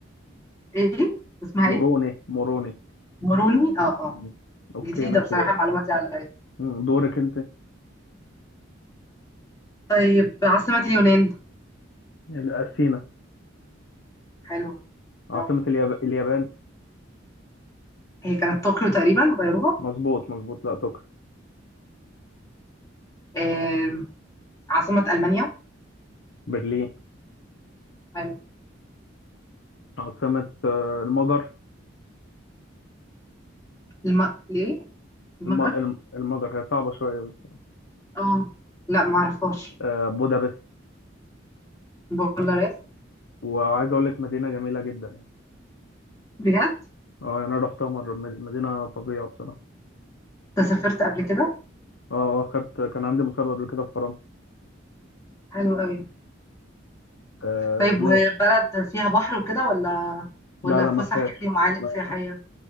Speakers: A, on the left; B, on the left.
A: ايه اسمها
B: موروني
A: ايه
B: موروني
A: موروني اه اه
B: مم. أوكي
A: جديدة
B: ماشي
A: بصراحة المعلومة دي عليا
B: مم، دورك أنت
A: طيب عاصمة اليونان
B: ال- أثينا
A: حلوة
B: عاصمة
A: برافو
B: الياب... اليابان
A: هي كانت طوكيو تقريبا غيروها
B: مظبوط مظبوط لا تقل
A: آم، عاصمة ألمانيا
B: برلين
A: حلو
B: عاصمة آه، المجر
A: الم... ليه؟ المجر؟
B: الم... الم- المجر هي صعبة شوية بس
A: اه لا معرفهاش
B: آه، بودابست
A: بولاريس
B: وعايز أقول لك مدينة جميلة جدا
A: بجد؟
B: اه يعني انا رحتها مره مد- مدينه فظيعه بصراحه
A: انت سافرت قبل كده؟
B: اه اه خدت كان عندي مسابقه قبل كده في فرنسا
A: حلو قوي
B: آه
A: طيب
B: ماشي
A: وبلد فيها بحر وكده ولا ولا
B: لا لا
A: فسح
B: ما فيهاش
A: يعني ومعالم
B: ما-
A: سياحية؟